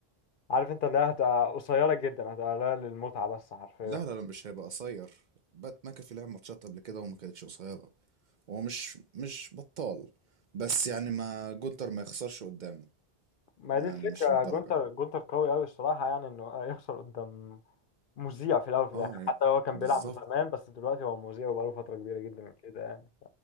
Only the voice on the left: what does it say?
عارف انت اللي هي هتبقى قصيرة جدا هتبقى قليلة للمتعة بس حرفيا
ما
دي الفكرة
جونتر جونتر قوي قوي الصراحة يعني انه <laughs> يخسر قدام مذيع في الاول وفي
الاخر
حتى لو هو كان
بيلعب زمان بس دلوقتي هو مذيع وبقاله فترة كبيرة جدا من كده يعني